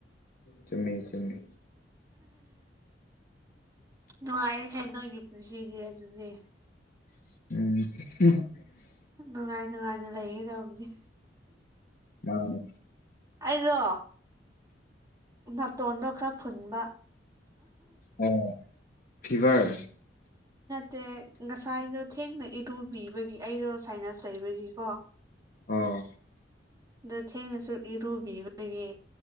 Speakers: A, on the left (about 55°); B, on the right (about 20°).
A: ꯆꯨꯝꯃꯤ ꯆꯨꯝꯃꯤ
B: ꯅꯨꯡꯉꯥꯏꯅꯦ ꯪꯅꫭꯏꯒꯤ ꯄꯨꯟꯁꯤꯗꯤ ꯑꯗꯨꯗꯤ
A: ꯎꯝ
B: ꯅꯨꯡꯉꯥꯏ ꯅꯨꯡꯉꯥꯏꯅ ꯂꯩꯒꯦ ꯇꯧꯕꯅꯤ
A: ꯃꯥꯅꯦ
B: ꯑꯩꯗꯣ ꯅꯥꯇꯣꯟꯗꯣ ꯈꯔ ꯐꯨꯟꯕ
A: ꯑꯣ ꯐꯤꯚꯔ
B: ꯇꯦ ꯉꯁꯥꯏꯗꯣ ꯊꯦꯡꯅ ꯏꯔꯨꯕꯤꯕꯒꯤ ꯑꯩꯗꯣ ꯁꯥꯏꯅꯁ ꯂꯩꯕꯒꯤꯀꯣ
A: ꯑꯣ
B: ꯗꯨ ꯊꯦꯡꯅꯁꯨ ꯏꯔꯨꯕꯤꯕꯒꯤ